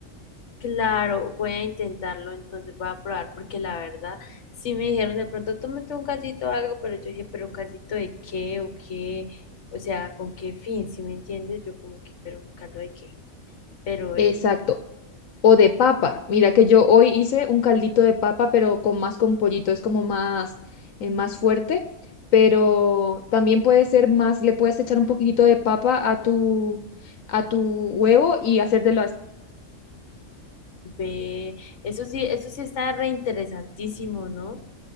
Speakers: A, on the left; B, on the left.
A: Claro, voy a intentarlo, entonces voy a probar, porque la verdad, sí me dijeron de pronto, tómate un caldito o algo, pero yo dije, pero un caldito de qué o qué, o sea, con qué fin, si me entiendes, yo como que, pero un caldo de qué, pero ve,
B: Exacto. O de papa. Mira que yo hoy hice un caldito de papa, pero con más con pollito, es como más, eh, más fuerte. Pero también puede ser más, le puedes echar un poquitito de papa a tu, a tu huevo y hacértelo así.
A: ve, eso sí, eso sí está re interesantísimo, ¿no?